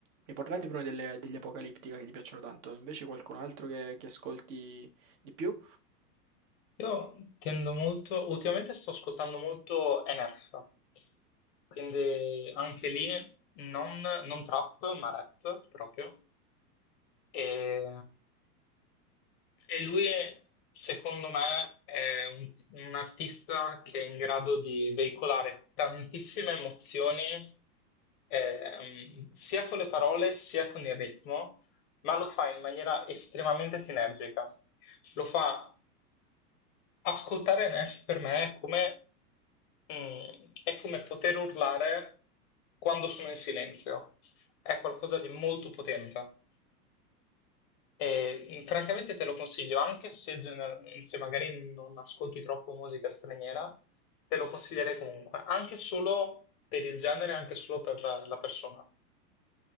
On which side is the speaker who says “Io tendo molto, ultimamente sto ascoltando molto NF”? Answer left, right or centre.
Left